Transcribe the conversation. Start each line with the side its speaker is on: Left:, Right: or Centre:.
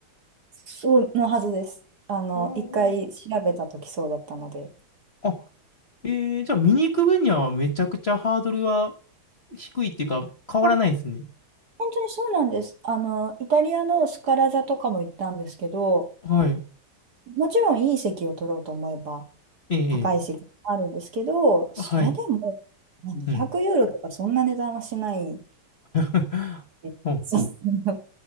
Right: そうのはずです。あの、
Left: あー
Right: 一回調べたときそうだったので。
Left: あ、えー、じゃあ見に行く分にはめちゃくちゃハードルは低いっていうか変わらないですね。
Right: あ本当にそうなんです。あの、イタリアのスカラ座とかも行ったんですけど、
Left: はい。
Right: もちろんいい席を取ろうと思えば
Left: ええ、
Right: 高い席もあるんですけど、
Left: え
Right: それでもまあ200ユーロとかそんな値段はしない。
Left: えはい。うん。<laughs>
Right: <laughs> えそう
Left: ほんほん。